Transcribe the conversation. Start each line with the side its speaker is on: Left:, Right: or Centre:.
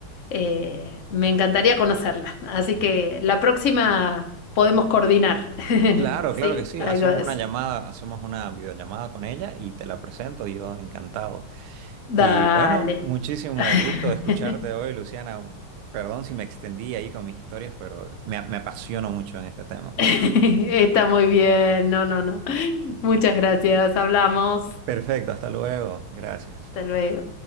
Left: eh, me encantaría conocerla. Así que la próxima podemos coordinar. <laughs>
Right: Claro,
Left: Sí,
Right: claro que sí.
Left: algo
Right: Hacemos
Left: de
Right: una
Left: eso.
Right: llamada, hacemos una videollamada con ella y te la presento. Yo encantado.
Left: Dale.
Right: Y bueno, muchísimo
Left: <laughs>
Right: gusto de escucharte hoy, Luciana. Perdón si me extendí ahí con mis historias, pero me, me apasiono mucho en este tema.
Left: Está muy bien. No, no, no. Muchas gracias. Hablamos.
Right: Perfecto, hasta luego. Gracias.
Left: Hasta luego.